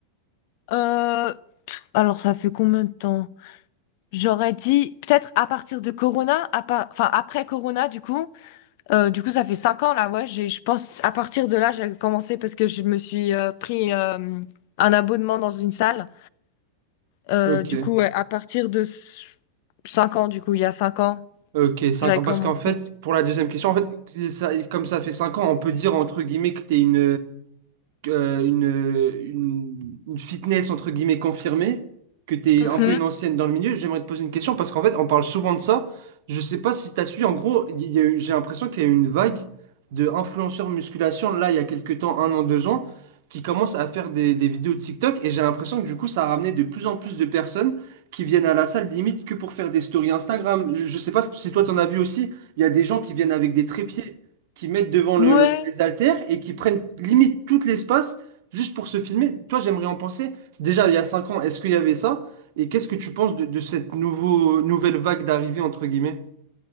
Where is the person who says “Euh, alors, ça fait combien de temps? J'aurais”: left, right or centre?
Left